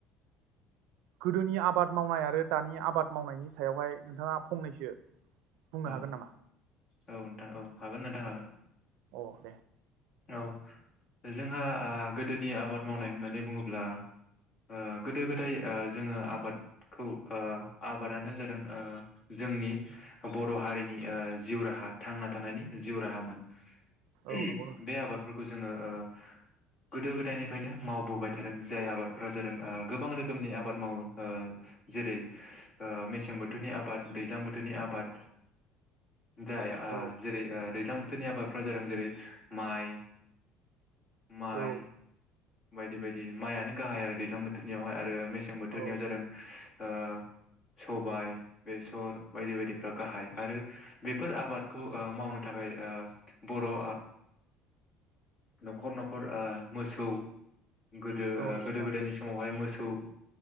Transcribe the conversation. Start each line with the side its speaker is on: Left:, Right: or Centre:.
Right: गोदोनि आबाद मावनाय आरो दानि आबाद मावनायनि सायावहाय नोंथाङा फंनैसो बुंनो
Left: औ
Right: हागोन नामा
Left: औ नोंथां औ हागोन नोंथां हागोन।
Right: अ दे
Left: औ जोंहा ओ गोदोनि आबाद मावनाय होननानै बुङोब्ला ओ गोदो गोदाय ओ जोङो आबादखौ ओ आबादानो जादों ओ जो जोंनि बर' हारिनि ओ जिउ राहा थांना थानायनि जिउ राहामोन। <inaudible>
Right: औ नंगौ नोंथां
Left: बे आबार फोर खौ जोङो ओ गोदो गोदायनिफ्रायनो मावबोबाय थादों जाय आबादफोरा जादों ओ गोबां रोखोमनि आबाद मावो ओ जेरै ओ मेसें बोथोरनि आबाद दैज्लां बोथोरनि आबाद जाय आ
Right: औ
Left: जेरै होन दैज्लां बोथोरनि आबादफ्रा जादों जेरै माइ माइ
Right: औ
Left: बायदि बायदि माइआनो गाहाय आरो दैज्लां बोथोरनियावहाय आरो मसे मेसें बोथोरनियाव
Right: औ
Left: जादों ओ सबाय। बेसर बायदि बायदिफ्रा गाहाय आरो बेफोर आबादखौ ओ मावनो थाखाय ओ बर'ओ न'खर न'खर ओ मोसौ गोदो
Right: औ
Left: ओ
Right: नंगौ
Left: गोदो
Right: नोंथां
Left: गोदायनि समावहाय मोसौ औ।